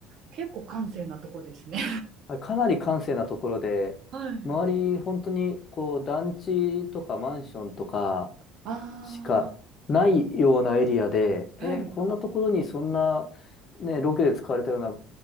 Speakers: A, on the right; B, on the left.
A: 結構閑静なとこですね
B: はいかなり閑静なところで、
A: <laughs> はい
B: 周り、本当に、こう、団地とかマンションとか
A: あ
B: しかないようなエリアで、えーこんなところにそんな、
A: あーはい
B: ね、ロケで使われたような